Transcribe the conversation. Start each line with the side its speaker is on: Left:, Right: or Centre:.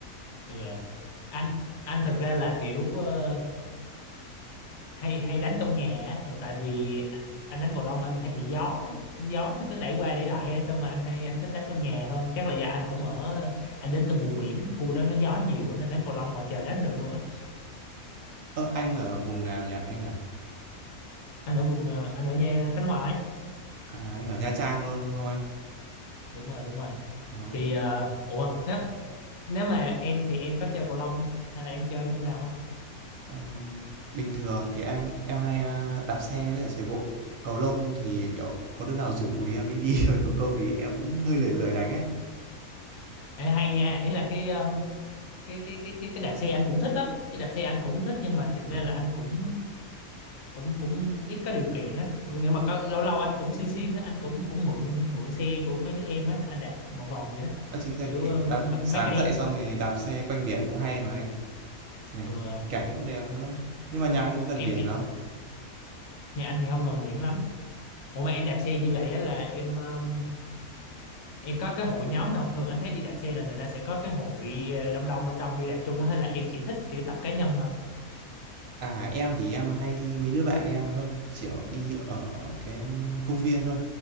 Left: Ừ. Anh anh thực ra là kiểu ờ, hay hay đánh trong nhà á, là tại vì anh đánh cầu lông anh hay bị gió á. gió nó cứ đẩy qua đẩy lại á, sao mà anh hay anh thích đánh trong nhà hơn chắc là do anh cũng ở anh đến từ vùng biển khu đó nó gió nhiều á, nên đánh cầu lông ngoài trời đánh không được luôn á
Right: Ơ, anh ở vùng nào nhỉ anh nhỉ?
Left: anh ở vùng ờ, anh ở nhà Khánh Hòa ấy.
Right: À, anh ở Nha Trang luôn
Left: Ừ,
Right: không anh?
Left: đúng rồi đúng rồi
Right: Ồ,
Left: thì ờ, ủa nếu nếu mà em thì em có chơi cầu lông hay là em chơi môn nào không
Right: ờ, bình thường thì anh em hay ờ, đạp xe với cả chạy bộ. Cầu lông thì kiểu có đứa nào rủ thì em mới đi <laughs> thôi, còn không thì em cũng hơi lười lười đánh ấy.
Left: Ê, hay nha ý là cái um, cái cái cái cái cái đạp xe anh cũng thích lắm cái đạp xe anh cũng thích nhưng mà thực
Right: Ừ.
Left: ra là anh cũng cũng cũng ít có điều kiện á nhưng mà có, lâu lâu anh cũng xuyên xuyên á anh cũng cũng mượn mượn xe của mấy đứa em á anh đạp một vòng vậy đó
Right: Đó chính ra
Left: kiểu
Right: cái,
Left: ờ, m-
Right: đạp sáng
Left: mấy cây
Right: dậy
Left: á
Right: xong rồi đạp xe quanh biển cũng hay mà anh. Nhỉ,
Left: ừ,
Right: Cảnh cũng đẹp nữa. Nhưng mà nhà anh có gần
Left: em
Right: biển không?
Left: em- nhà anh thì không gần biển lắm ủa mà em đạp xe như vậy á là em ờ, em có cái hội nhóm nào không thường anh thấy đi đạp xe là người ta sẽ có cái hội ờ, đông đông đông đông đi đạp chung á, hay là em chỉ thích kiểu tập cá nhân thôi
Right: À, em thì em hay đi mấy đứa bạn em thôi, kiểu đi ở cái công viên thôi.